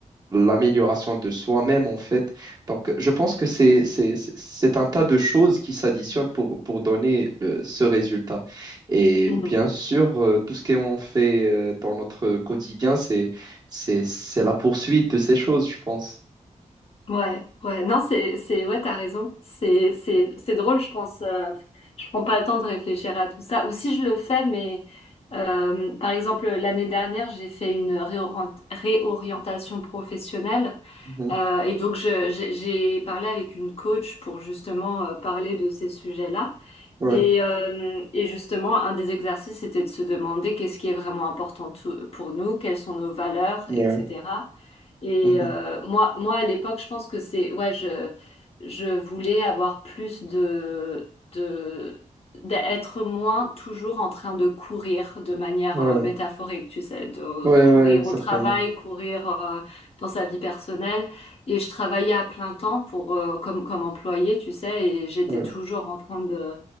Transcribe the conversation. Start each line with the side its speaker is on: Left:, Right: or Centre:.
Right: l'amélioration de soi-même, en fait. Donc, je pense que c'est, c'est, c'est c'est un tas de choses qui s'additionnent pour, pour donner euh, ce résultat. Et
Left: Mhm.
Right: bien sûr, euh, tout ce qu'on fait euh, dans notre quotidien, c'est, c'est, c'est la poursuite de ces choses, je pense.
Left: Ouais, ouais, non, c'est, c'est, ouais, t'as raison. C'est, c'est, c'est drôle, je pense. euh, je prends pas le temps de réfléchir à tout ça. Ou si je le fais, mais euh, par exemple, l'année dernière, j'ai fait une réorient- réorientation professionnelle.
Right: Mhm.
Left: Euh, et donc, je, j'ai j'ai parlé avec une coach pour justement euh, parler de ces sujets-là.
Right: Ouais,
Left: Et, euh, et justement, un des exercices, c'était de se demander qu'est-ce qui est vraiment important tout- pour nous, quelles sont nos valeurs,
Right: ouais,
Left: etc. Et
Right: mhm.
Left: euh, moi, moi, à l'époque, je pense que c'est, ouais, je, je voulais avoir plus de, de, d'être moins toujours en train de courir de manière
Right: Ouais,
Left: euh, métaphorique, tu sais, de
Right: ouais,
Left: courir
Right: ouais, exactement.
Left: au travail, courir euh, dans sa vie personnelle. Et je travaillais à plein temps pour, euh, comme, comme employée, tu sais, et j'étais
Right: Ouais,
Left: toujours en train de